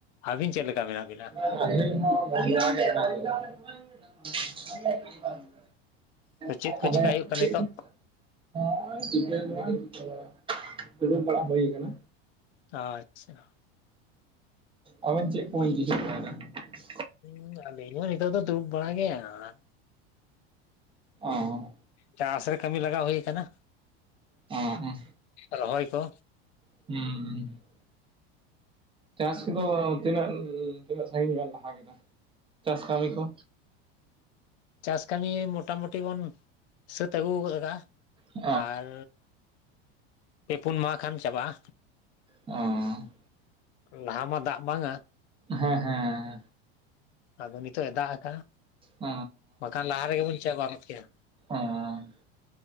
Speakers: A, on the left; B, on the right.
A: ᱟᱵᱤᱱ ᱪᱮᱜ ᱞᱮᱠᱟ ᱢᱮᱱᱟᱜ ᱵᱤᱱᱟ?
B: <unintelligible> ᱟᱞᱤᱧ ᱦᱚᱸ <unintelligible> <unintelligible>
A: ᱛᱚ ᱪᱮᱫ ᱠᱚ ᱪᱮᱠᱟ ᱦᱩᱭᱩᱜ ᱠᱟᱱᱟ ᱱᱤᱛᱚᱜ
B: <unintelligible> ᱫᱲᱩᱵ ᱵᱟᱲᱟ ᱦᱩᱭ ᱠᱟᱱᱟ᱾
A: ᱟᱪᱪᱷᱟ᱾
B: ᱟᱵᱮᱱ ᱪᱮᱜ ᱠᱚᱵᱮᱱ <unintelligible>
A: ᱩᱸ ᱟᱹᱞᱤᱧ ᱦᱚᱸ ᱱᱤᱛᱚᱜ ᱫᱚ ᱫᱩᱲᱩᱵ ᱵᱟᱲᱟ ᱜᱮ᱾ ᱟᱨ
B: ᱚᱸ
A: ᱪᱟᱥ ᱨᱮ ᱠᱟᱹᱢᱤ ᱞᱟᱜᱟᱣ ᱦᱩᱭ ᱠᱟᱱᱟ᱾
B: ᱚᱸ ᱚᱸ
A: ᱨᱚᱦᱚᱭ ᱠᱚ᱾
B: ᱦᱩᱸ ᱪᱟᱥ ᱠᱚᱫᱚ ᱛᱤᱱᱟᱹᱜ ᱛᱤᱱᱟᱹᱜ ᱥᱟᱺᱜᱤᱧ ᱵᱤᱱ ᱞᱟᱦᱟ ᱠᱮᱫᱟ ᱪᱟᱥ ᱠᱟᱹᱢᱤ ᱠᱚ?
A: ᱪᱟᱥ ᱠᱟᱹᱢᱤ ᱢᱚᱴᱟ ᱢᱩᱴᱤ ᱵᱚᱱ ᱥᱟᱹᱛ ᱟᱹᱜᱩ ᱜᱚᱫ ᱟᱠᱟᱫᱟ᱾
B: ᱚ
A: ᱟᱨ ᱯᱮ ᱯᱩᱱ ᱢᱟᱦᱟ ᱠᱷᱟᱱ ᱪᱟᱵᱟᱜᱼᱟ᱾
B: ᱚᱸ
A: ᱞᱟᱦᱟ ᱢᱟ ᱫᱟᱜ ᱵᱟᱝᱟ᱾
B: ᱦᱮᱸ ᱦᱮᱸ᱾
A: ᱟᱫᱚ ᱱᱤᱛᱚᱜ ᱮ ᱫᱟᱜ ᱠᱟᱜᱼᱟ
B: ᱚ
A: ᱵᱟᱠᱷᱟᱱ ᱞᱟᱦᱟ ᱨᱮᱜᱮ ᱵᱚᱱ ᱪᱮᱵᱟ ᱜᱚᱫ ᱠᱮᱭᱟ᱾
B: ᱚᱸ